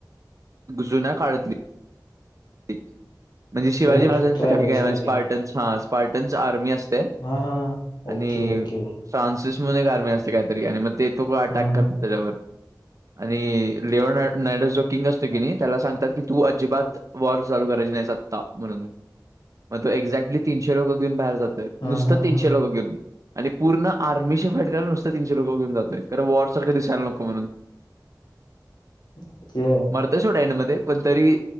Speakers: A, on the right (about 45°); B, on the left (about 80°).
A: जुन्या काळातली म्हणजे शिवाजी
B: बर
A: महाराजांच
B: ट्रायबल सारखे
A: स्पार्टन्स हा स्पार्टन्स आर्मी असत
B: हा हा ओके
A: आणि
B: ओके
A: फ्रानसिस अजून एक आर्मी असते काहीतरी, आणि मग ते दोघ अटॅक
B: हम्म
A: करतो
B: हम्म
A: त्याच्यामध्ये आणि लिओ नायडस जो किंग असतो की नाही त्याला सांगतात की तू अजिबात वॉर चालू करायची नाही सत्ता, म्हणून मग तो एक्झॅक्टली तीनशे लोक घेऊन बाहेर जातो.
B: हम्म
A: नुसतं
B: हम्म हम्म
A: तीनशेला
B: हम्म.
A: लोग आणि पूर्ण आर्मीशी हारायला नुसतं तीनशे लोक घेऊन जातय, कारण वॉर सारख दिसायला नको म्हणून
B: <inaudible> ओके
A: मरतय सोड एन्ड मध्ये, पण तरी